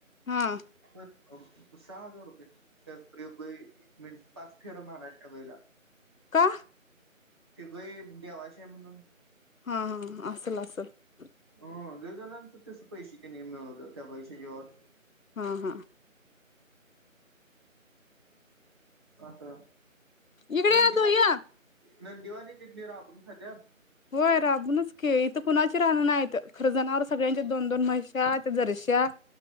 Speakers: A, on the left; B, on the right.
A: हा
B: सहा हजार रुपये एक गाई म पाच फेरा मारायला त्या वेळेला!
A: का
B: तिघही देवाचे म्हणून
A: हा हा <inaudible>
B: ह.. लई जणांच तस पैशे मिळवलं! त्या बाईच्या जिवावर!
A: हा... हा..
B: असं
A: इकडे
B: नंदीवाली
A: या तु या
B: नंदीवाली तिथली राबून खात्या
A: होय राबूनच की! इथं कुणाची राहणं नाहीत! आहेत जनावरं सगळ्यांच्या
B: ह
A: दोन -दोन मैस्यात जराश्या